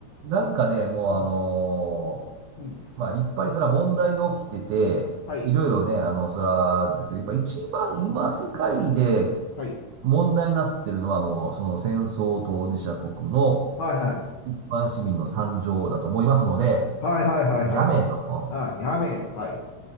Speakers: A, on the right; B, on the left.
A: なんかね、もうあの
B: うん。うん。
A: ーまあ、いっぱいそれは問題が起きてて、
B: はい。
A: いろいろね、あの、それはですけど、やっぱ一番今世界で
B: はい。
A: 問題になってるのはもう、その戦争当事者国の
B: はいはい。
A: 一般市民の惨状だと思いますので、
B: はいはいはいはい。
A: もうやめえと。うん
B: あやめえと。はい。